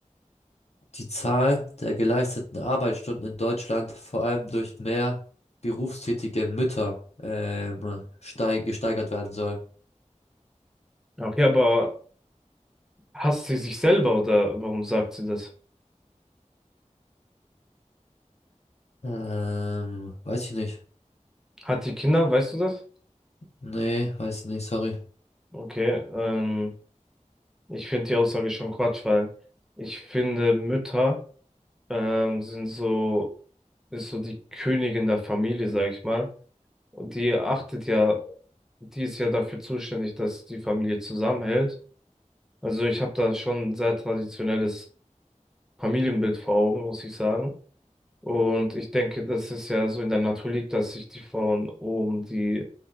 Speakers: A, on the left; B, in the centre.
A: die Zahl der geleisteten Arbeitsstunden in Deutschland vor allem durch mehr berufstätige Mütter ähm, steig gesteigert werden soll.
B: Okay, aber hasst sie sich selber oder warum sagt sie das?
A: Ähm, weiß ich nicht.
B: Hat die Kinder, weißt du das?
A: Nee, weiß ich nicht, sorry.
B: Okay, ähm, ich finde die Aussage schon Quatsch, weil ich finde, Mütter ähm, sind so, ist so die Königin der Familie, sag ich mal. Und die achtet ja, die ist ja dafür zuständig, dass die Familie zusammenhält. Also ich habe da schon ein sehr traditionelles Familienbild vor Augen, muss ich sagen. Und ich denke, das ist ja so in der Natur liegt, dass sich die Frauen um die